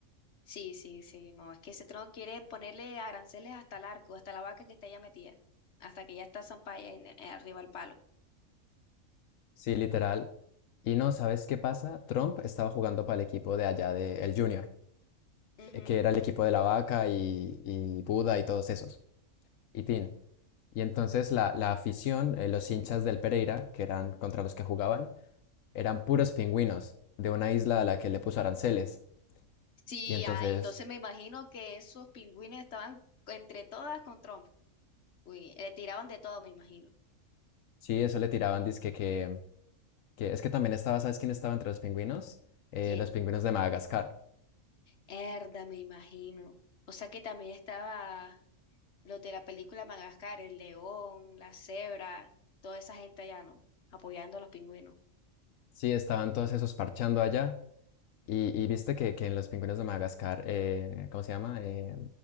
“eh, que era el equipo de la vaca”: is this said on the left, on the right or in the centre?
Left